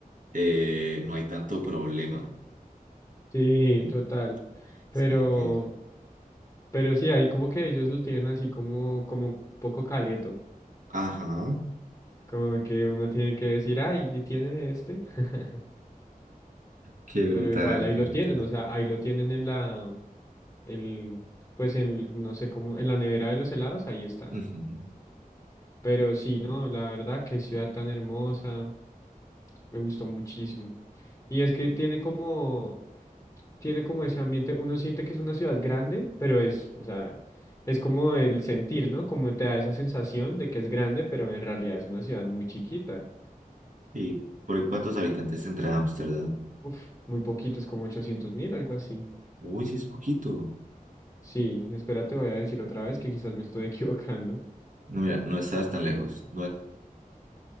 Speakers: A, on the right; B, on the left.
A: eh, no hay tanto problema.
B: Sí,
A: Mm.
B: total. Pero,
A: Es como que,
B: pero sí, ahí como que ellos lo tienen así como, como un poco caleto.
A: ajá,
B: Como que uno tiene que decir, ay, ¿y tiene este? <laughs>
A: qué brutal,
B: Pero igual ahí
A: qué
B: lo
A: brutal.
B: tienen, o sea, ahí lo tienen en la, el, pues en, el- no sé cómo, en la nevera de los helados, ahí está.
A: Ujú, ujú.
B: Pero sí, no, la verdad, qué ciudad tan hermosa, me gustó muchísimo. Y es que tiene como, tiene como ese ambiente, uno siente que es una ciudad grande, pero es, o sea, es como el sentir, ¿no? Como te da esa sensación de que es grande, pero en realidad es una ciudad muy chiquita.
A: ¿Y por cuántos habitantes tendrá Ámsterdam?
B: Uf, muy poquito, es como ochocientos mil, algo así.
A: Uy, sí es poquito.
B: Sí, espérate, voy a decir otra vez que quizás me estoy <laughs> equivocando.
A: No, mira, no estás tan lejos.